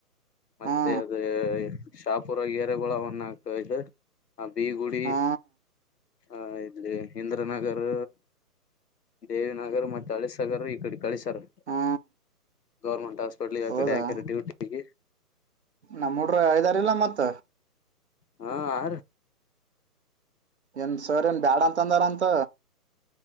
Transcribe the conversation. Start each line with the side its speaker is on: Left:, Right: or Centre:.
Left: ಮತ್ತೆ
Right: ಹಾ
Left: ಅದ ಶಾಪುರ ಗೆರೆಗಳಳನ್ನ ಕೈದ ಆ ಬಿಗುಡಿ
Right: ಹಾ
Left: ಹಾ ಇಲ್ಲಿ ಇಂದ್ರನಗರ್ ದೇವ ನಗರ್ ಮತ್ತೆ ಅಳಿ ಸಾಗರ್ ಈ ಕಡೆ ಕಳಿ ಸಾಗ
Right: ಹಾ
Left: ಗೌರ್ಮೆಂಟ್ ಹಾಸ್ಪಿಟ್ಲಗೆ ಯ
Right: ಹೌದಾ
Left: ಕಡೆ ಹಾಕ್ಯಾರ ಡ್ಯೂಟಿಗೆ
Right: ನಮ್ಮ ಮೂಡ ಐದಾರಲ್ಲ ಮತ್ತ
Left: ಹಾ ಆ
Right: ಏನ್ ಸರ್ ಏನ್ ಬ್ಯಾಡ ಅಂತ ಅಂದಾರಂತ